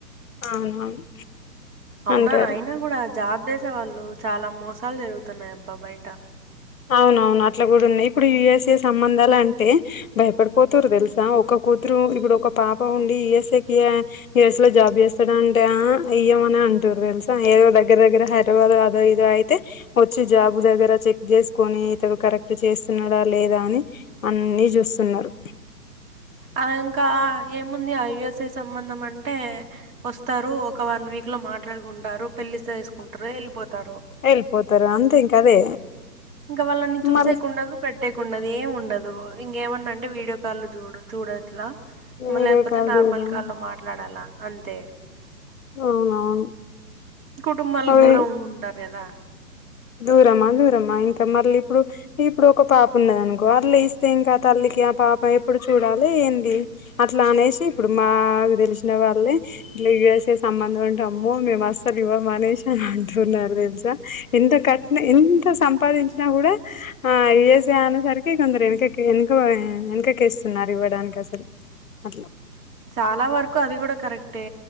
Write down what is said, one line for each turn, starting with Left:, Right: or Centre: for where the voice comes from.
Left: అవునవును
Right: అవునా
Left: అంటారు
Right: అయినా కూడా జాబ్ చేసేవాళ్ళు చాలా మోసాలు జరుగుతున్నాయి అబ్బా బయట
Left: అవునవును అట్లా కూడా ఉన్నాయి ఇప్పుడు యుఎస్ఏ సంబంధాలు అంటే భయపడిపోతురు తెలుసా ఒక కూతురు ఇప్పుడు ఒక పాప ఉండి యుఎస్ఎకే యుఎస్లో జాబ్ చేస్తాడంటే అ ఇయ్యమని అంటుర్రు తెలుసా ఏదో దగ్గర దగ్గర హ దారాబాదో అదో ఇదో అయితే వచ్చి జాబు దగ్గరచ్చే జేసుకొని ఇతడు కరెక్ట్ చేస్తున్నాడా లేదా అని అన్ని చూస్తున్నారు
Right: ఆ ఇంకా ఏముంది ఆ యుఎస్ఎ సంబంధం అంటే వస్తారు ఒక వన్ వీక్లో మాట్లాడుకుంటారు పెళ్లిసేస్కుంటారు వెళ్ళిపోతారు
Left: ఎళ్ళిపోతరు అంతే ఇంక అదే
Right: ఇంక వాళ్ళని చూసేకుండదు.
Left: మళ్ళీ
Right: పెట్టేకుండదు ఏమి ఉండదు ఇంకేమన్నా అంటే వీడియో కాల్లో చూడు చూడట్లా మాలేపోతే
Left: వీడియో కాల్
Right: నార్మల్
Left: చూడడం
Right: కాల్లో మాట్లాడాలా అంతే
Left: అవునవును
Right: కుటుంబాలకు
Left: అవి
Right: దూరం ఉంటారు కదా
Left: దూరమా దూరమా ఇంక మళ్ళీ ఇప్పుడు ఇప్పుడు ఒక పాప ఉన్నద నుకో అట్లా ఇస్తే ఇంక తల్లికి ఆ పాప ఎప్పుడు చూడాలి ఏంది? అట్లా అనేసి ఇప్పుడు మా కు తెలిసిన వాళ్ళే ఇట్లా యూ ఎస్ ఏ సంబంధం అంటే అమ్మో! మేము అస్సలు ఇవ్వమనేసి అని అంటున్నారు తెలుసా ఇంత కట్న ఎంత సంపాదించినా కూడా ఆ యూ ఎస్ ఏ అనేసరికి కొందరు వెనుక వెనకకి ఇస్తున్నారు. ఇవ్వడానికి అసలు అట్లా
Right: చాలా వరకు అది కూడా కరెక్టే